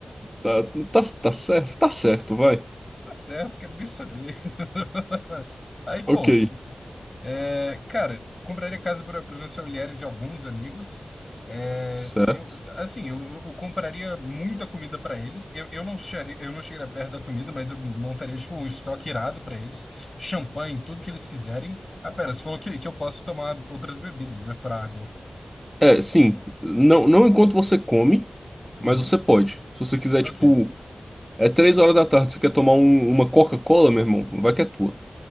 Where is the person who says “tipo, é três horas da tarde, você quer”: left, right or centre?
Centre